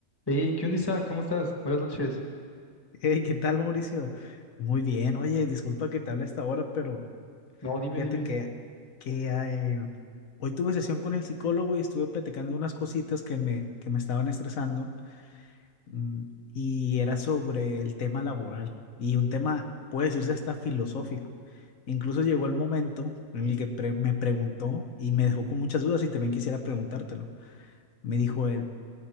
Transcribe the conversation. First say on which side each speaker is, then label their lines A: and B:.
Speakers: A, on the left (about 20°); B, on the left (about 80°).
A: Hey, ¿qué onda, Isaac? ¿Cómo estás? Buenas noches.
B: Hey, ¿qué tal, Mauricio? Muy bien. Oye, disculpa que te hable a esta hora, pero
A: No, dime,
B: fíjate
A: dime.
B: que, que eh, hoy tuve sesión con el psicólogo y estuve platicando unas cositas que me, que me estaban estresando mm, y era sobre el tema laboral y un tema, puede decirse, hasta filosófico. Incluso llegó el momento en el que pre- me preguntó y me dejó con muchas dudas y también quisiera preguntártelo. Me dijo él,